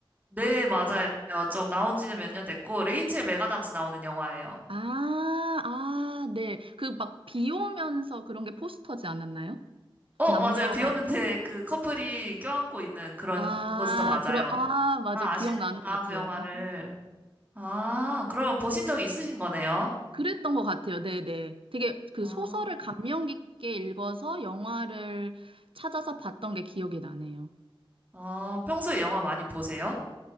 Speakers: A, on the right; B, on the right.
A: 네, 맞아요. 좀 나온 지는 몇 년 됐고, 레이첼 메가담스 나오는 영화예요.
B: 아, 아, 네. 그 막 비 오면서 그런 게 포스터지 않았나요?
A: 어,
B: 남녀가.
A: 맞아요. 비 오는데 그 커플이 껴안고 있는 그런
B: 아,
A: 포스터 맞아요.
B: 그런, 아, 맞아.
A: 아,
B: 기억나는
A: 아시는구나,
B: 것 같아요.
A: 그 영화를.
B: 아.
A: 아, 그러면 보신 적이 있으신 거네요?
B: 그랬던 것 같아요. 네네. 되게 그
A: 아,
B: 소설을 감명 깊게 읽어서 영화를 찾아서 봤던 게 기억이 나네요.
A: 아, 평소에 영화 많이 보세요?